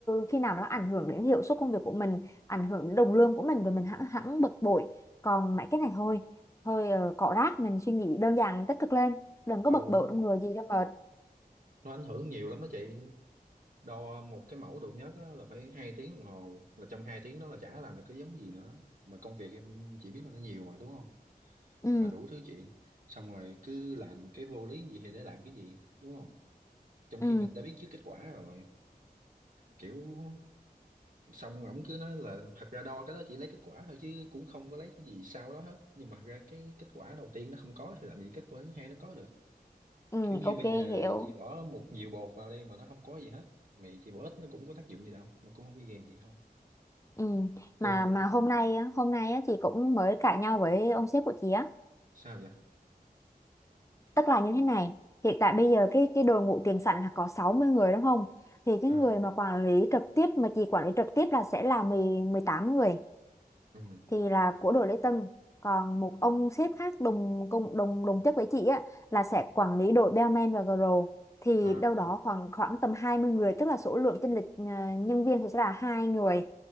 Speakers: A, on the left; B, on the right.
A: khi nào mà nó ảnh hưởng đến hiệu suất công việc của mình ảnh hưởng đến đồng lương của mình rồi mình hẳn hẳn bực bội còn mấy cái này thôi thôi ờ, cọ rác mình suy nghĩ đơn giản tích cực lên đừng
B: đâu
A: có bực bội trong người gì cho mệt
B: nó ảnh hưởng nhiều lắm á chị đo một cái mẫu độ nhớt á, là phải hai tiếng đồng hồ là trong hai tiếng đó là chả làm được cái giống gì nữa mà công việc em chỉ biết là nó nhiều mà đúng không
A: ừ
B: mà đủ thứ chuyện xong rồi cứ làm cái vô lý gì thì để làm cái gì đúng không trong
A: ừ
B: khi mình đã biết trước kết quả rồi kiểu xong ổng cứ nói là thật ra đo cái đó chỉ lấy kết quả thôi chứ cũng không có lấy cái gì sau đó hết nhưng mà thật ra cái kết quả đầu tiên nó không có thì làm gì kết quả thứ hai nó có được
A: ừ
B: kiểu như
A: ok
B: bây giờ
A: hiểu
B: chị bỏ một nhiều bột vào đây mà nó không có gì hết mày chị bỏ ít nó cũng có tác dụng gì đâu nó cũng không có gây gì không
A: Ừ. Mà
B: đơn giản
A: mà hôm nay á- hôm nay á, chị cũng mới cãi nhau với ông sếp của chị á
B: sao vậy
A: tức là như thế này hiện tại bây giờ cái cái đội ngũ tiền sảnh là có 60 người đúng không thì cái
B: à,
A: người mà quản lý trực tiếp mà chị quản lý trực tiếp là sẽ là mười mười tám người
B: ừ,
A: thì là của đội lễ tân còn một ông sếp khác đồng cùng đồng đồng chức với chị á là sẽ quản lý đội bellman và girl thì
B: à,
A: đâu đó khoảng khoảng tầm 20 người tức là số lượng chênh lệch à, nhân viên thì sẽ là hai người